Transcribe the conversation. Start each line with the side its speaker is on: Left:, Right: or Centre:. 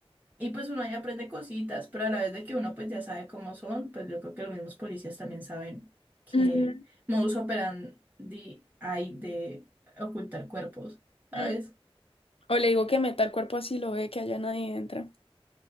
Right: y pues uno ahí aprende cositas, pero a la vez de que uno pues ya sabe cómo son, pues yo creo que los mismos policías también saben que
Left: Ujú.
Right: modus operandi hay de ocultar cuerpos, ¿sabes?
Left: Mm. O le digo que meta el cuerpo así lo ve, que allá nadie entra.